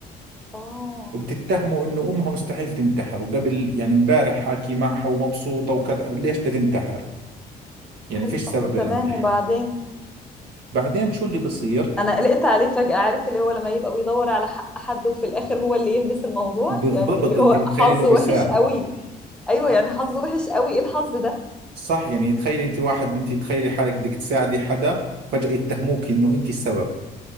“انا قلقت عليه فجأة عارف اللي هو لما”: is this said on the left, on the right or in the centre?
Centre